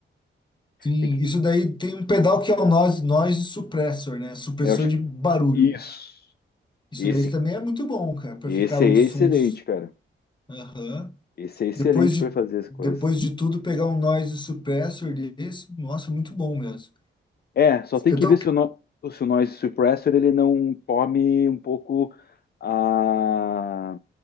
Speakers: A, on the left; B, on the left.
A: Sim,
B: Tem que-
A: isso daí tem um pedal que é o noise, noise suppressor, né? Supressor
B: Eu acho
A: de
B: que
A: barulho.
B: isso.
A: Isso
B: Esse,
A: daí também é muito bom, cara, para
B: esse
A: ficar os
B: é excelente,
A: sons.
B: cara.
A: Aham.
B: Esse é excelente
A: Depois de,
B: para fazer as
A: depois
B: coisas.
A: de tudo, pegar um noise suppressor desse, nossa, muito bom mesmo.
B: É, só tem
A: Eu
B: que
A: tô,
B: ver se o, no, se o noise suppressor ele não tome um pouco a,